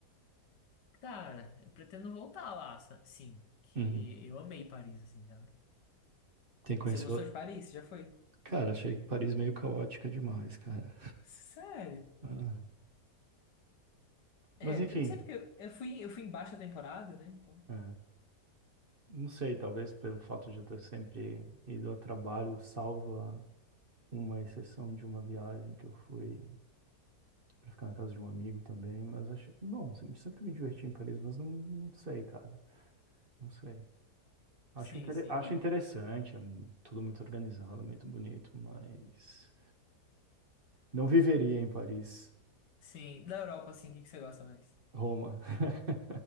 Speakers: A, on the left; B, on the right.
A: Cara, eu pretendo voltar lá, sa- sim. Que
B: Uhum.
A: eu amei Paris, assim, sabe?
B: Tem que conhecer
A: Você gostou
B: outro.
A: de Paris? Você Já foi?
B: Cara, achei que Paris meio caótica demais, cara.
A: Sério?
B: Ah, Mas
A: É,
B: enfim,
A: eu não sei porque eu, eu fui, eu fui em baixa temporada, né? Então,
B: é, não sei, talvez pelo fato de eu ter sempre ido a trabalho, salva uma exceção de uma viagem que eu fui pra ficar na casa de um amigo também, mas acho, bom, se- sempre me diverti em Paris, mas não, não sei, cara, não sei. Acho,
A: Sim,
B: intere-
A: sim.
B: acho
A: E,
B: interessante, é mu- tudo muito organizado, muito bonito, mas não viveria em Paris,
A: sim. da Europa, assim, o que que você gosta mais?
B: Roma. <laughs>